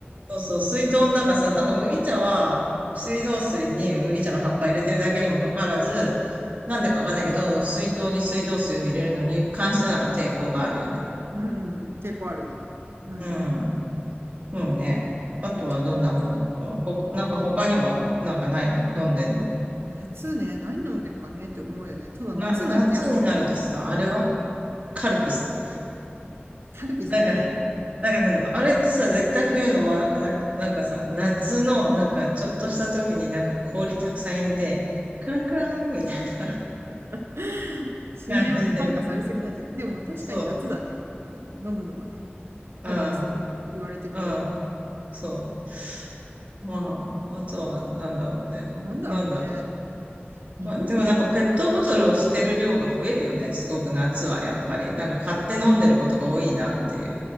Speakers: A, on the right (about 35°); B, on the right (about 75°).
A: そうそう、水筒の中さ、なんか麦茶は、水道水に麦茶の葉っぱ入れてるだけにもかかわらず、なんでかわかんないけど、水筒に水道水を入れるのに関してはなんか抵抗があるよね。
B: うん。抵抗あるね。うん。
A: うん。もうんね。あとはどんなもの、
B: 麦茶ね。
A: ほか、なんか他にはなんかないの飲んでんの。
B: 夏ね、何飲んでるかねって思うよね。ただ夏になるとやっぱあの、
A: な、夏になるとさ、あれは
B: うん。
A: カルピス。
B: カルピスね。
A: なんか、なんか、あれってさ、絶対冬飲まなくないなんかさ、夏の、なんか、ちょっとした時になんか氷たくさん入れて、カランカランみたいな。
B: <laughs> CM
A: 感じで。
B: に感化されすぎなんじゃないでも確かに夏だね。
A: そう、
B: あの、飲むのはね。カルピスって言われてみれば。
A: うん、うん、そう。まあ、あとは、なんだろうね。
B: なんだろうね。
A: なんだろ
B: 日本にいた時とか、
A: う。まあ、でもなんかペットボトルを捨てる量が増えるよね。
B: うん。
A: すごく夏は、やっぱり。なんか買って飲んでることが多いなっていう